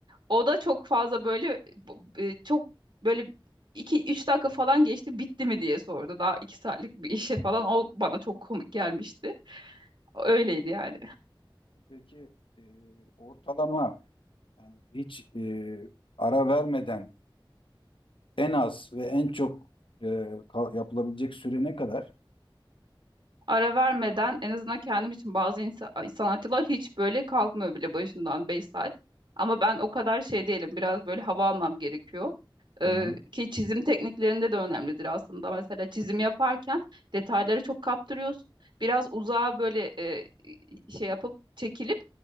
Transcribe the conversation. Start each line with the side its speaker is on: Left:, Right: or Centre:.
Right: O da çok fazla böyle e, çok böyle iki üç dakika falan geçti bitti mi diye sordu. Daha iki saatlik bir işe falan o bana çok komik gelmişti. Öyleydi yani.
Left: Peki e, ortalama yani hiç e, ara vermeden en az ve en çok e, kal- yapılabilecek süre ne kadar?
Right: Ara vermeden en azından kendim için bazı insa- sanatçılar hiç böyle kalkmıyor bile başından 5 saat. Ama ben o kadar şey değilim. Biraz böyle hava almam gerekiyor. Ee,
Left: Tamam.
Right: ki çizim tekniklerinde de önemlidir aslında. Mesela çizim yaparken detayları çok kaptırıyorsun. Biraz uzağa böyle e, şey yapıp çekilip